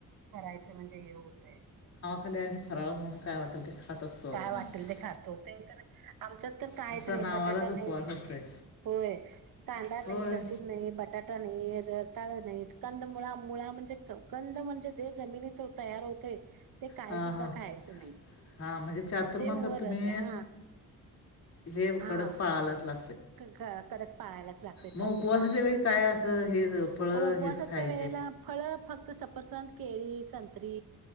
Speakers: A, on the right (about 75°); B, on the left (about 45°).
A: करायचं म्हणजे हे होतय.
B: भले आणि फराळ म्हणून काय वाटल ते- खात असतो आपण
A: काय वाटेल
B: आम्ही
A: ते खातो. ते तर आमच्यात तर- काहीच
B: नुसता
A: नाही
B: नावालाच
A: बटाटा
B: उपवास
A: नाही.
B: असतोय
A: होय, कांदा
B: होय
A: नाही, लसूण नाही, बटाटा नाही. हे रताळ नाहीत. कंदमूळ आम - मुळं म्हणजे, कंद म्हणजे जे जमिनीत तयार होतेय- ते काय
B: हां
A: सुुद्धा
B: हां
A: खाहायचं नाही.
B: हां म्हणजे चातुर्मासात
A: जे वर
B: तुम्ही
A: असते हा
B: हे
A: हा
B: कडक पाळायलाच लाग
A: कडक पाळायलाच लागते चातुर्मास.
B: मग उपवासाच्या वेळी काय असं हे फळं
A: उपवासाच्या
B: हेच खायचे
A: वेळे फळ फक्त सफरचंद- केळी, संत्री